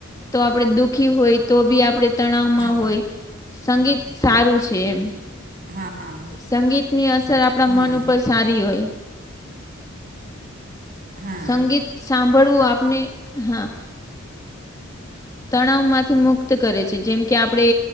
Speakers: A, on the left; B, on the right.
A: તો આપણે દુઃખી હોઈ તો બી પણ આપણે તણાવમાં
B: હા,
A: હોઈ, સંગીત સારું છે એમ.
B: હા
A: સંગીતની અસર આપણા
B: હમ,
A: મન ઉપર સારી હોય.
B: હા
A: સંગીત સાંભળવું આપને, હા. તણાવમાંથી મુક્ત કરે છે, જેમ કે આપણે